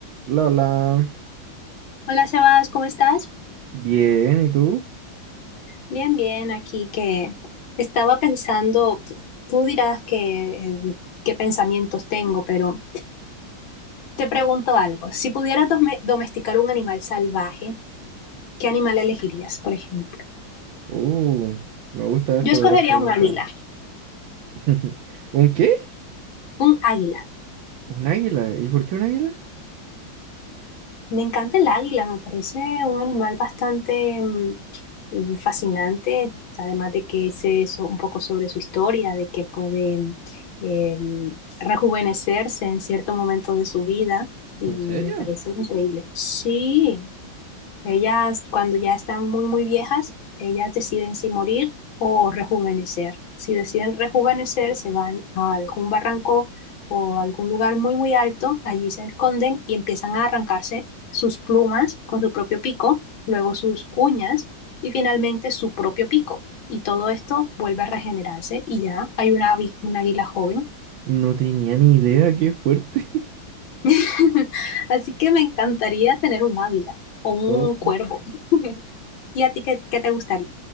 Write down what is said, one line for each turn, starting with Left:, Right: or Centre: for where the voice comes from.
Right: Lola,
Left: Hola Sebas, ¿cómo estás?
Right: bien, ¿y tú?
Left: Bien, bien, aquí que estaba pensando, tú dirás que, eh, qué pensamientos tengo, pero te pregunto algo. Si pudieras dome- domesticar un animal salvaje, ¿qué animal elegirías, por ejemplo?
Right: Uh, me gusta eso
Left: Yo escogería
Right: de las preguntas.
Left: un águila,
Right: <laughs> ¿Un qué?
Left: un águila.
Right: ¿Un águila? ¿Y por qué un águila?
Left: Me encanta el águila, me parece un animal bastante mm, mm, fascinante, además de que sé eso- un poco sobre su historia, de que puede mm, eh, mm, rejuvenecerse en cierto momento de su vida y
Right: ¿En serio?
Left: me parece increíble. Sí, ellas, cuando ya están muy, muy viejas, ellas deciden si morir o rejuvenecer. Si deciden rejuvenecer, se van a algún barranco o a algún lugar muy, muy alto. Allí se esconden y empiezan a arrancarse sus plumas con su propio pico, luego sus uñas y finalmente su propio pico. Y todo esto vuelve a regenerarse y ya hay una, avi- un águila joven.
Right: No tenía ni idea, qué fuerte. <laughs>
Left: <laughs> Así que me encantaría tener un águila o un
Right: Oh.
Left: cuervo. <laughs> ¿Y a ti qué, qué te gustaría?